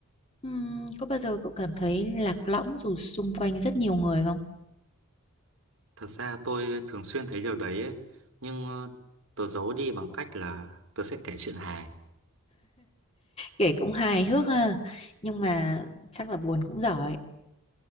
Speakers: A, on the left (about 25°); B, on the right (about 65°).
A: Ừm, có bao giờ cậu cảm thấy lạc lõng dù xung quanh rất nhiều người không?
B: Thật ra tôi thường xuyên thấy điều đấy ấy, nhưng ờ, tớ giấu đi bằng cách là tớ sẽ kể chuyện hài.
A: Kể cũng hài hước ha. Nhưng mà chắc là buồn cũng giỏi.